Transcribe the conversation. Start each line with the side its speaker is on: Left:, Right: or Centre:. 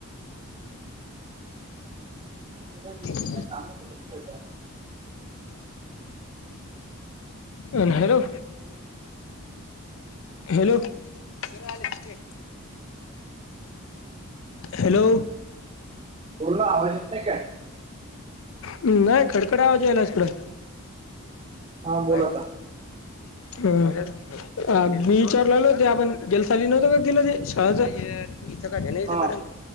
Right: काय भेटत
Left: <unintelligible>
Right: नाही काम ब
Left: अ हॅलो! हॅलोरा आले. हॅलो!
Right: बोलं आवाज येत नाही काय?
Left: नाही खडकडा आवाजेला पुल
Right: हा बोल
Left: बार.
Right: आता
Left: ह ह मी विचारलालोते आपण गेल ली नव्हत का गेलं ते शाळा व का घ नाहीच
Right: हा
Left: करण त